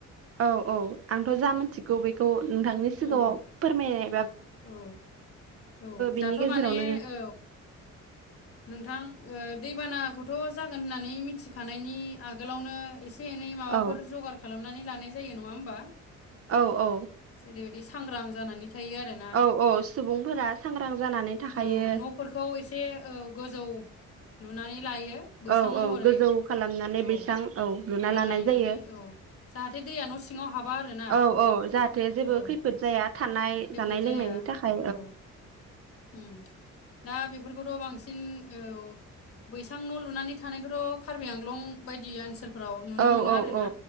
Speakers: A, on the right; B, on the left.
A: औ औ आंथ' जा मिथिगौ बेखौ नोंथांनि सिगाङाव
B: औ
A: फोरमाय
B: औ औ
A: बिनि
B: दाथ'
A: गेजेरावनो
B: माने औ नोंथां ओ दैबानाखौथ' जागोन जागोन होननानै मिथिखानायनि आगोलावनो एसे एसे एनै माबाफोर
A: औ
B: जगार खालाम खानानै लानाय जायो नङा होमबा
A: औ औ
B: ओरैबायदि सांग्रां जानानै थायो आरो
A: औ औ सुबुंफोरा सांग्रां जानानै थाखायो
B: <unintelligible> औ औ न'फोरखौ एसे औ गोजौ लुनानै लायो बैसां
A: औ
B: महरै
A: औ गोजौ खालामनानै
B: औ
A: बैसबां औ लुना
B: खुन्था
A: लानाय
B: गायनानै
A: जायो
B: औ जाहाथे दैया न' सिङाव हाबा आरोना
A: औ औ जाहाथे जेबो
B: औ
A: खैफोद जाया थानाय
B: खैफोद
A: जानाय
B: जाया
A: लोंनायनि थाखाय
B: औ उम दा बेफोरखौथ' बांसिन औ बैसां न' लुनानै थानायखौथ' कार्बि आंलं बायदि ओनसोल फोराव नुनो
A: औ
B: मोनो
A: औ
B: आरो
A: औ
B: ना